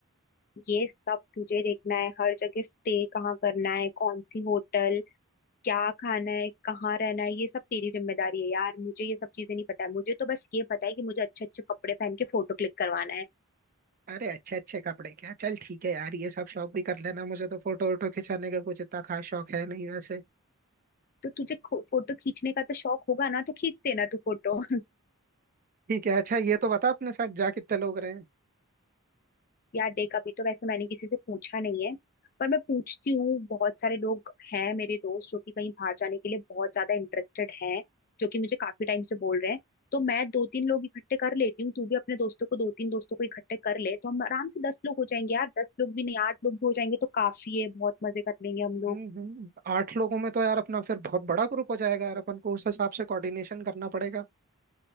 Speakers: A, on the left (about 40°); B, on the right (about 40°).
A: ये सब तुझे देखना है हर जगह स्टे कहाँ करना है कौन सी होटल क्या खाना है कहाँ रहना है ये सब तेरी जिम्मेदारी है यार मुझे ये सब चीजें नहीं पता है मुझे तो बस ये पता है कि मुझे अच्छे अच्छे कपड़े पहन के फोटो क्लिक करवाना है
B: अरे अच्छे अच्छे कपड़े क्या चल ठीक है यार ये सब शौक भी कर लेना मुझे तो फोटो वोटो खिंचाने का कुछ इतना खास शौक है नहीं वैसे
A: तो तुझे खो- फोटो खींचने का तो शौक होगा ना तो खींच देना तू फोटो
B: ठीक है अच्छा ये तो बता अपने साथ जा कितने लोग रहे
A: यार देख अभी तो वैसे मैंने किसी से पूछा नहीं है पर मैं पूछती हूँ बहुत सारे लोग हैं मेरे दोस्त जो कि कहीं बाहर जाने के लिए बहुत ज्यादा इंटरेस्टेड हैं जो कि मुझे काफी टाइम से बोल रहे हैं तो मैं दो तीन लोग इकट्ठे कर लेती हूँ तू भी अपने दोस्तों को दो तीन दोस्तों को इकट्ठे कर ले तो हम आराम से दस लोग हो जाएंगे यार दस लोग भी नहीं आठ लोग भी हो जाएंगे तो काफी है बहुत मजे कर लेंगे हम लोग
B: हम्म हम्म। आठ लोगों में तो यार अपना फिर बहुत बड़ा ग्रुप हो जाएगा यार अपन को उस हिसाब से कोऑर्डिनेशन करना पड़ेगा